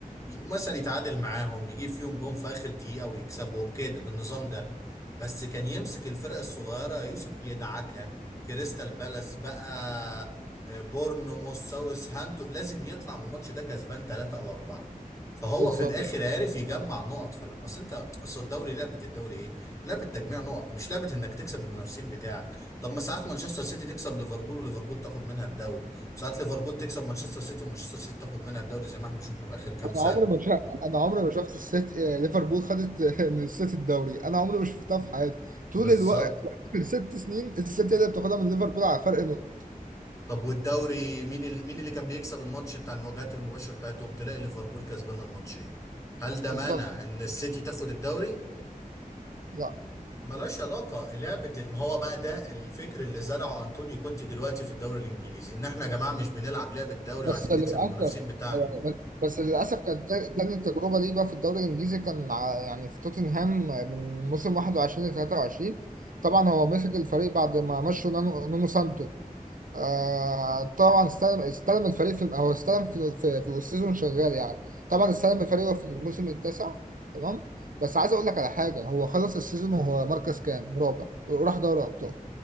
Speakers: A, on the left (about 20°); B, on the right (about 65°).
A: ي- مثلا يتعادل معاهم يجيب فيهم جون في اخر دقيقة ويكسبهم كده بالنظام ده بس كان يمسك الفرق الصغيرة يوسف يدعكها كريستال بالاس بقى آه، بورنموث ساوث هامبتون لازم يطلع من الماتش ده كسبان ثلاثة او اربعة فهو
B: بالظبط
A: في الاخر عارف يجمع نقط فلما اصل انت اصل الدوري لعبه الدوري ايه؟ لعبه تجميع نقط مش لعبه انك تكسب المنافسين بتاعك طب ما ساعات مانشستر سيتي تكسب ليفربول وليفربول تاخد منها الدوري ساعات ليفربول تكسب مانشستر سيتي ومانشستر سيتي تاخد منها الدوري زي ما احنا شفنا في اخر كام سنه
B: انا عمري ما شا... انا عمري ما شفت السيت آه، ليفربول خدت آه، من السيتي الدوري انا عمري ما شفتها في حياتي
A: بالظبط
B: طول الوقت الست سنين السيتي هي اللي بتاخدها من ليفربول على فرق نقطة
A: طب والدوري مين ال... مين اللي كان بيكسب الماتش بتاع المواجهات المباشره بتاعتهم تلاقي ليفربول كسبان الماتشين هل ده
B: بالظبط
A: مانع ان السيتي تاخد الدوري
B: لا
A: ملهاش علاقة لعبة الم- هو بقى ده الفكر اللي زرعه أنطونيو كونتي دلوقتي في الدوري الإنجليزي إن إحنا يا جماعة مش بنلعب لعبة دوري
B: بس
A: وعايزين
B: للأسف
A: نكسب المنافسين بتاعنا
B: أيوة، بس بس للأسف كانت تا- تاني تجربة ليه بقى في الدوري الإنجليزي كان ع- يعني في توتنهام من موسم 21 ل 23 طبعا هو مسك الفريق بعد ما مشوا نانو- نونو سانتو آه طبعا استلم استلم الفريق في هو استلم في في, في السيزون شغال يعني طبعا استلم الفريق في الموسم التاسع تمام بس عايز أقول لك على حاجة هو خلص السيزون وهو مركز كام؟ رابع وراح دوري أبطال